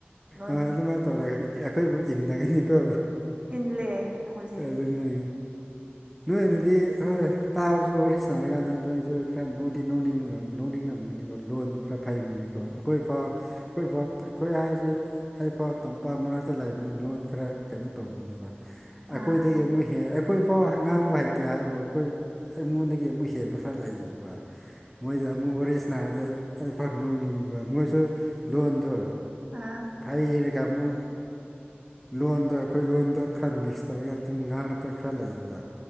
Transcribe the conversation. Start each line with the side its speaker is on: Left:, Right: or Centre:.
Right: ꯅꯣꯏ
Centre: ꯑ
Right: ꯑꯗꯨꯝ
Centre: ꯑꯗꯨꯃꯥꯏꯅ ꯇꯧꯔꯒꯗꯤ ꯑꯩꯈꯣꯏꯕꯨ ꯏꯟꯅꯒꯅꯤꯀꯣ
Right: ꯏꯂꯦ ꯍꯧꯖꯤꯛ
Centre: ꯑꯗꯨꯅꯤ ꯅꯣꯏꯅꯗꯤ ꯍꯣꯏ ꯇꯥꯕꯁꯨ ꯋꯥꯔꯤ ꯁꯥꯟꯔꯀꯥꯟꯗꯗꯤ ꯅꯣꯏꯁꯨ ꯈꯔ ꯅꯣꯡꯗꯤ ꯅ ꯅꯣꯅꯤꯡ ꯅꯝꯒꯅꯤꯕ ꯂꯣꯟꯗꯨꯣ ꯈꯔ ꯐꯩꯕꯅꯤꯅꯀꯣ ꯑꯩꯈꯣꯏꯐꯥꯎ ꯑꯩꯈꯣꯏꯐꯥꯎ ꯑꯩꯈꯣꯏ ꯍꯥꯏ ꯁꯤ ꯑꯩꯐꯥꯎ ꯇꯝꯄꯥꯛ ꯃꯔꯛꯇ ꯂꯩꯕꯅꯤ ꯂꯣꯟ ꯈꯔ ꯀꯩꯅꯣ ꯇꯧꯔꯤꯕꯅꯦꯕ ꯑꯩꯈꯣꯏꯗꯒꯤ
Right: ꯑꯥ
Centre: ꯑꯃꯨꯛ ꯍꯦꯛ ꯑꯩꯈꯣꯏꯐꯥꯎ ꯉꯥꯡꯕ ꯍꯩꯇꯦ ꯍꯥꯏꯕꯨ ꯑꯩꯈꯣꯏ ꯑꯩꯉꯣꯟꯗꯒꯤ ꯑꯃꯨꯛ ꯍꯦꯟꯕ ꯈꯔ ꯂꯩꯕ ꯃꯣꯏꯗ ꯑꯃꯨꯛ ꯋꯥꯔꯤꯁꯅꯥꯔꯗꯤ ꯑꯩ ꯑꯩ ꯐ ꯅꯧꯅꯤꯡꯉꯤꯕ ꯃꯣꯏꯁꯨ ꯂꯣꯟꯗꯣ
Right: ꯑꯥ
Centre: ꯐꯔꯤꯔꯒꯃꯨ ꯂꯣꯟꯗ ꯑꯩꯈꯣꯏ ꯂꯣꯟꯗ ꯈꯔ ꯃꯤꯁ ꯇꯧꯔꯒ ꯑꯗꯨꯝ ꯉꯥꯡꯂꯛꯄ ꯈꯔ ꯂꯩꯌꯦꯕ